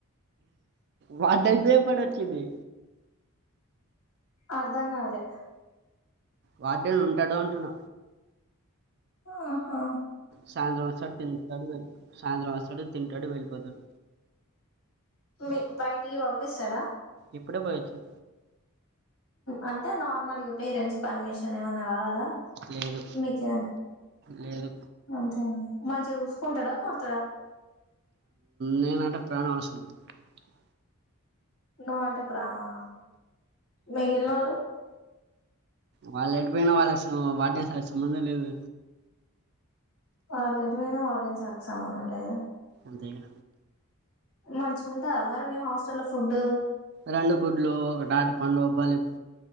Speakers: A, on the right; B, on the left.
A: వాంటద్దే పడొచ్చింది
B: అర్ధంగాలె
A: వార్డేన్ ఉంటడూ అంటున్న
B: ఆహా
A: సాయంత్రం వచ్చేసర్క్ టీవీ చూస్తూ సాయంత్రం తింటడు వెళ్ళిపోతాడు
B: మీక్ బయటికి పంపిస్తడా
A: ఇప్పుడే పోయి ఒచ్చిన
B: అంటే నార్మల్గా పేరెంట్స్ పర్మిషన్ ఏమన్నా కాగాల ల
A: లేదు
B: మీకే
A: లేదు
B: అంతేన మంచిగా చూసుకుంటడా కొడ్
A: నేన్ అంటే ప్రాణం అసలు <unintelligible>
B: నువ్వంటే ప్రాణమా మిగిలినోళ్లు
A: వాళ్ళు ఎటుపోయినా వాళ్ళకి వార్డెన్ కు సంబధం లేదు
B: వాళ్ళు ఎటువైనా వార్డెన్ సార్ కి సమానం లేదు
A: లేదుగా
B: మంచిగుంటదా మీ హాస్టల్లఫుడ్
A: రెండు గుడ్లు ఒకటి అరటిపండు పల్లి